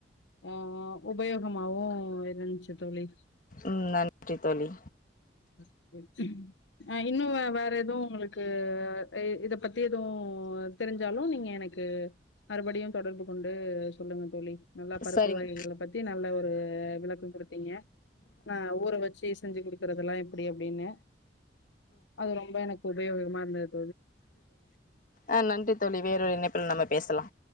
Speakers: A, on the left; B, on the left.
A: ஆ உபயோகமாவவும் இருந்துச்சு தோழி
B: ம் நன்றி தோழி
A: <unintelligible> ஆ இன்னு வே வேற எதுவு உங்களுக்கு இ இதப் பத்தி எதுவு தெரிஞ்சாலு நீங்க எனக்கு மறுபடியு தொடர்பு கொண்டு சொல்லுங்க தோழி நல்லா பருப்பு
B: சரிங்க
A: வகைகளப் பத்தி நல்ல ஒரு விளக்கொ குடுத்தீங்க ஆ ஊர வெச்சி செஞ்சி குடுக்குறதெல்லா ப்டி அப்டினு அது ரொம்ப எனக் உபயோகமா இருந்தத்
B: அ நன்றி தோழி வேறொரு இணைப்புல நம்ம பேசலா